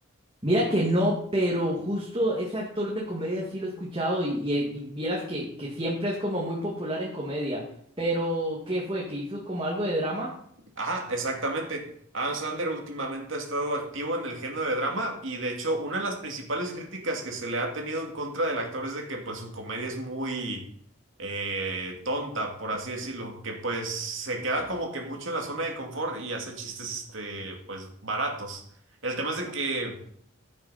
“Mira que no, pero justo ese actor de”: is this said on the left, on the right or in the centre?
Right